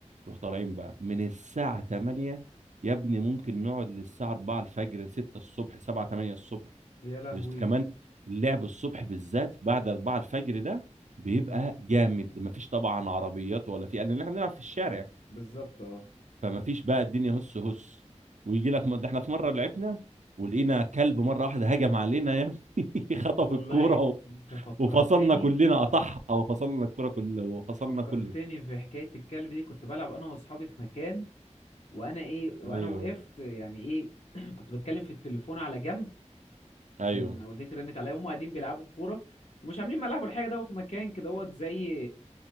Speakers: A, on the right; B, on the left.
A: نروح طالعين بقى من الساعه 8 يا ابني ممكن نقعد للساعه 4 الفجر 6 الصبح 7 8 الصبح
B: يا لهوي
A: ويست- كمان اللعب الصبح بالذات بعد 4 الفجر ده بيبقى
B: امم
A: جامد مفيش طبعا عربيات ولا في لان احنا بنلعب في الشارع
B: بالظبط اه
A: فمفيش بقى الدنيا هس هس ويجي لك ده احنا في مره لعبنا ولقينا كلب مره واحده هجم علينا يا ابني <laughs> خطف
B: والله
A: الكوره و-
B: انت فكرتني
A: وفصلنا كلنا قطعها وفصلنا الكوره كلها وفصلنا
B: فكرتني
A: كلنا
B: في حكاية الكلب دي كنت بلعب انا واصحابي في مكان وانا ايه وانا
A: ايوه
B: وقفت يعني ايه <clears throat> كنت بتكلم في التليفون على جنب
A: ايوه
B: عشان والدتي رنت عليا وهم قاعدين بيلعبوا الكورة ومش عاملين ملعب ولا حاجة ده في مكان كده هو زي